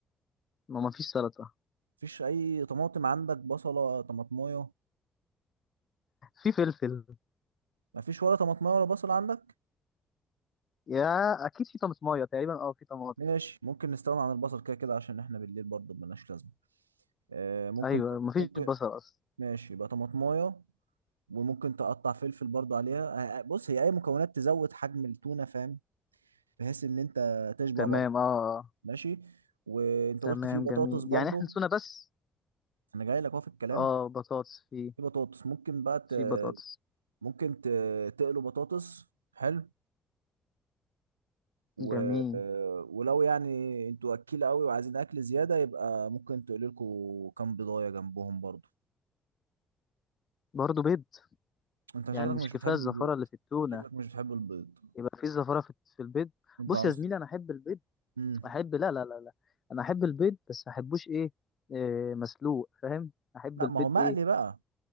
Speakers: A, on the left; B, on the right.
A: ما ما فيش سلطة
B: مفيش اي طماطم عندك بصله طماطمايه
A: في فلفل
B: مفيش ولا طماطمايه ولا بصل عندك
A: يا أكيد في طماطماية تقريبا أه في طماطم
B: ماشي ممكن نستغنى عن البصل كده كده عشان احنا بالليل برضه ملناش لازمه آه ممكن
A: أيوة ما فيش
B: ممكن
A: بصل أصلا
B: ماشي يبقى طماطمايه وممكن تقطع فلفل برضه عليها آه، آه، بص هي اي مكونات تزود حجم التونه فاهم بحيث ان انت تشبع
A: تمام
B: برضه
A: أه آه.
B: ماشي وانت
A: تمام
B: قلت في بطاطس
A: جميل
B: برضه
A: يعني احنا نسونا بس
B: انا جاي لك اهو في الكلام
A: اه بطاطس في
B: في بطاطس ممكن بقى ت...
A: في بطاطس
B: ممكن ت... تقلوا بطاطس حلو و...
A: جميل
B: آه، ولو يعني انتوا اكيله قوي وعايزين اكل زياده يبقى ممكن تقلوا لكم كام بيضايه جنبهم برضه
A: برضه بيض
B: انت شكلك
A: يعني مش
B: مش
A: كفايه
B: بتحب
A: الزفاره
B: البيض
A: اللي في التونه
B: شكلك مش بتحب البيض
A: يبقى في زفاره في, في البيض
B: انت
A: بص
B: عنصر
A: يا زميلي انا احب البيض
B: امم
A: احب لا لا لا لا انا احب البيض بس ما احبوش ايه, إيه مسلوق فاهم احب
B: لا
A: البيض
B: ما هو مقلي
A: ايه
B: بقى